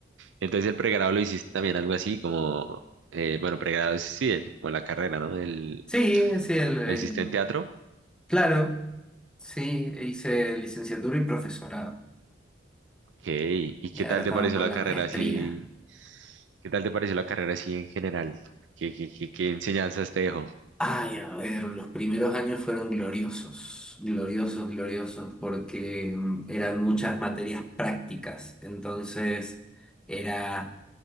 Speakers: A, on the right; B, in the centre.
A: Entonces el pregrado lo hiciste también algo así como, eh, bueno, pregrado es, sí, el- como la carrera, ¿no? El,
B: Sí, sí, el, eh,
A: ¿lo hiciste en teatro?
B: claro, sí, hice licenciatura y profesorado.
A: Ok, ¿Y
B: Y
A: qué
B: ahora
A: tal
B: estamos
A: te pareció
B: por
A: la
B: la
A: carrera
B: maestría.
A: así? ¿Qué tal te pareció la carrera así en general? ¿Qué, qué, qué, qué enseñanzas te dejó?
B: Ay, a ver, los primeros años fueron gloriosos, gloriosos, gloriosos, porque mm, eran muchas materias prácticas. Entonces, era...